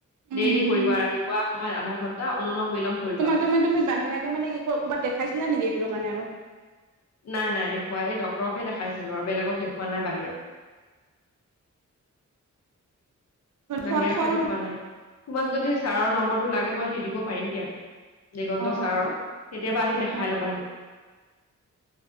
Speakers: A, on the right (about 80°); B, on the left (about 60°).
A: উম
B: ডেইলি কৰিবা ৰাতিপুৱা সময়ত আধা ঘন্টা অনলম বিলম কৰিবা।
A: তোমাৰ তুমি তুমি বাহিৰাকে মানে কি ক'ৰবাত দেখাইছিল নে নেকি এইবোৰো মানে আৰু?
B: নাই, নাই দেখুওৱা এই ড্ক্তৰকহে দেখাইছিলো আৰু বেলেগক দেখুৱা নাই বাহিৰত। <inaudible> বাহিৰাকে
A: খোৱা খোৱাৰ
B: দেখুৱা নাই, তোমাক যদি ছাৰৰ নম্বৰটো লাগে মই দি দিব পাৰিম দিয়া। দিগন্ত
A: অ
B: ছাৰৰ, কেতিয়াবা আহি দেখাই
A: অ
B: ল'বাহি।